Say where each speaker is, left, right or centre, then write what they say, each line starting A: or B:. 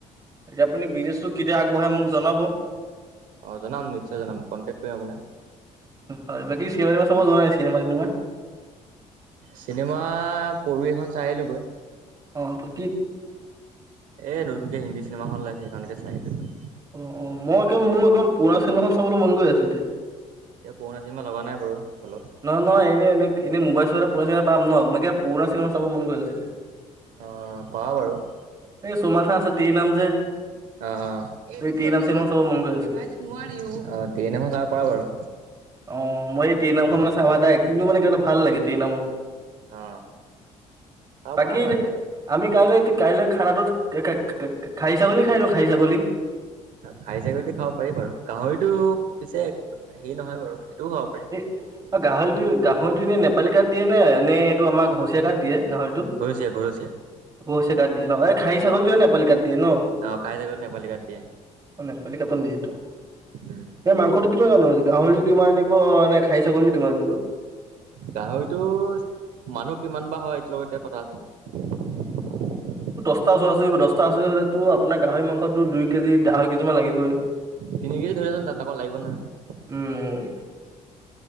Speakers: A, on the right (about 30°); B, on the right (about 80°).
A: এতিয়া আপুনি বিজনেছটো কেতিয়া আগবঢ়ায় মোক জনাব।
B: অ, জনাম নিশ্চয় জনাম কনটেক কৰিম আপোনাক।
A: হয়, বাকী চিনেমা চাব যোৱা নাই চিনেমা -টিনেমা।
B: চিনেমা পৰহি এখন চাই আহিলোগৈ।
A: অ, পু
B: এ, নতুনকে হিন্দী চিনেমাখন ওলাইছে, সেইখনেকে চাই আহিলোগৈ।
A: অ, অ, মই একদম মোৰ একদম পুৰণা চিনেমাখন চাবলৈ মন গৈ আছিলে।
B: এতিয়া পুৰণা চিনেমা লগা নাই বাৰু। হলত।
A: নহয়, নয় এনে এনে এনেই মোবাইল-চোবাইল পুৰণা চিনেমা পাম ন' মই কিবা পুৰণা চিনেমা চাব মন গৈ আছিলে।
B: অ' পাবা বাৰু অ'
A: এই চুমাখা আছে তিৰে নাম যে
B: অ, অ, এই দুখন
A: তেৰি নাম
B: যদি
A: চিনেমা চাব
B: হয়
A: মন গৈ আছিলে
B: <unintelligible> নোৱাৰিও অ, তেৰে নামখন চাব পাৰা বাৰু।
A: অ, মই এই টেৰে নামখন মানে চাও আৰু তাৰ একটিংটো মানে কিবা এটা ভাল লাগে টেৰে নামৰ।
B: অ। চাব
A: বাকী
B: পাৰা
A: এ
B: বাৰু একো নাই।
A: আমি কাইলৈ, কাইলৈ খানাটো খা-খা-খা খাইছ ছাগলী খাই দিও খাহী ছাগলী।
B: খাঁহী ছাগলীটো খাব পাৰি বাৰু গাহৰিতো পিছে হেৰি নহয় বাৰু সেইটোও খাব পাৰি।
A: এ গাহৰিটো, গাহৰিটো এনে নেপালী কাট দিয়ে নে, নে এইটো আমাৰ ঘৰচীয়া কাট দিয়ে? গাহৰিটো
B: ঘৰচীয়া ঘৰচীয়া।
A: ঘৰচীয়া কাট দিয়ে ন এই খাহী ছাগলটোহে নেপালি কাট দিয়ে ন'?
B: অ' খাহী ছাগলী নেপালী কাট দিয়ে
A: নেপালী কাটন দি এইটো,
B: উম।
A: এই মাংসটো কিমান আনো, গাহৰিও কিমান আনি ব নে খাহি ছাগলী কিমান আনিব?
B: গাহৰিটো মানুহ কিমান বা হয় এইটোৰ লগত এতিয়া কথা আছে।
A: টা ওৰা ওচৰি দচটা ওচৰা ওচৰি হ'লেতো আপোন গাহৰি মাংসটো দুই কেজি আঢ়ৈ কেজিমান লাগিবই।
B: তিনি কেজি ধৰি থ চোন, আকৌ লাগিব নহয়।
A: উম